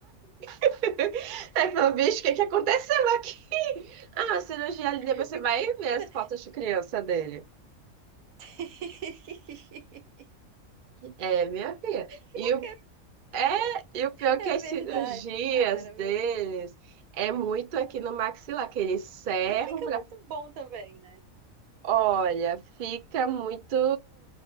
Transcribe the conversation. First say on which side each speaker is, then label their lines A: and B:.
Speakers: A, on the right (about 55°); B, on the right (about 85°).
A: <laughs> Aí fala, bicho, o que que aconteceu aqui? Ah, a cirurgia ali,
B: <laughs>
A: depois você vai ver
B: Menina.
A: as fotos de criança dele.
B: <laughs>
A: É, minha filha.
B: Pior
A: E o,
B: que
A: é, e o pior é que
B: É
A: as
B: verdade,
A: cirurgias
B: cara,
A: deles
B: meu.
A: é muito aqui no maxilar, que eles serram
B: Não fica
A: pra.
B: muito bom também, né?
A: Olha, fica muito.